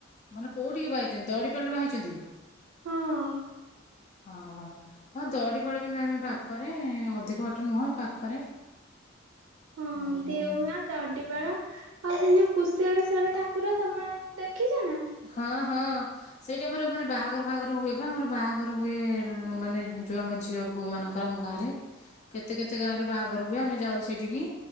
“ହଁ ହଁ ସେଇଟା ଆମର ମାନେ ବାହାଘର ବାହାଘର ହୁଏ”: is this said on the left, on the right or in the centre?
Left